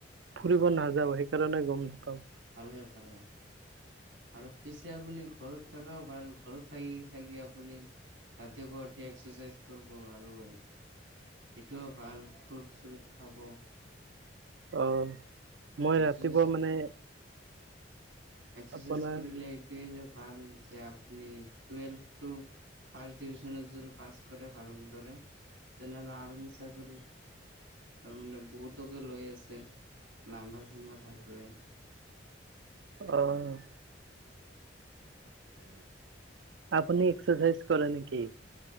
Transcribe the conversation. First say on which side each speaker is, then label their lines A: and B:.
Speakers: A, on the right; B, on the right.
A: ফুৰিব
B: অ
A: নাযাওঁ সেইকাৰণে গম নাপাওঁ।
B: ভালে ভালে আৰু পিছে আপুনি ঘৰত থকাও ভাল। ঘৰত থাকি থাকি আপুনি ৰাতিপুৱা উঠি এক্সাৰচাইজ কৰিব আৰু সেইটোও ভাল ফুট চুট খাব।
A: অ',
B: এক্সাৰচাইজ
A: মই ৰাতিপুৱা মানে
B: এক্সাৰচাইজ
A: আপোনাৰ
B: কৰিলে এইটোৱে যে ভাল যে আপুনি টোৱেলভটো ফাষ্ট ডিভিজনত যদি পাছ কৰে ভাল দৰে। তেনেহ'লে আৰ্মি চাকৰিত তাৰমানে বহুতকে লৈ আছে নাম্বাৰ চাম্বাৰ থাকিলে।
A: অ'। আপুনি এক্সাৰচাইজ কৰে নেকি?